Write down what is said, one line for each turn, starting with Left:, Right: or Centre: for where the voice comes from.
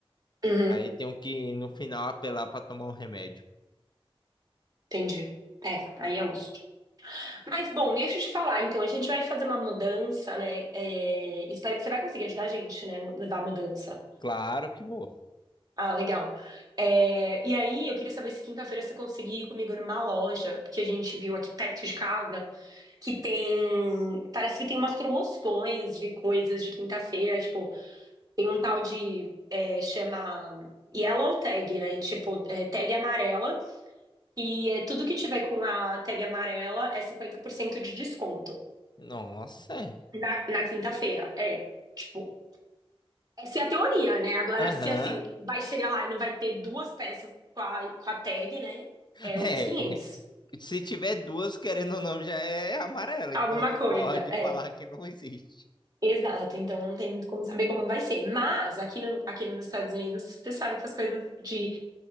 Right: Uhum,
Left: aí tenho que no final apelar para tomar um remédio.
Right: entendi. É, aí é uso. Mas, bom, deixa eu te falar. Então, a gente vai fazer uma mudança, né? É, espero- você vai conseguir ajudar a gente, né? Levar a mudança.
Left: Claro que vou.
Right: Ah, legal. É, e aí, eu queria saber se quinta-feira você conseguir ir comigo numa loja que a gente viu aqui perto de casa, que tem. Parece que tem umas promoções de coisas de quinta-feira. Tipo, tem um tal de. é, chama Yellow Tag, né? Tipo, é, tag amarela. E é, tudo que tiver com a tag amarela é 50% de desconto.
Left: Nossa. é.
Right: Na, na quinta-feira, é. Tipo, essa é a teoria, né? Agora,
Left: Aham.
Right: se assim,
Left: <laughs>
Right: vai chegar lá e não vai ter duas peças com a, com a tag, né? É
Left: É,
Right: outros 500
Left: se tiver duas, querendo ou não, já é amarela,
Right: Alguma
Left: então não
Right: coisa,
Left: pode
Right: é.
Left: falar que não existe.
Right: Exato, então não tem muito como saber como vai ser. Mas aqui, no, aqui nos Estados Unidos, você sabe que as coisas de.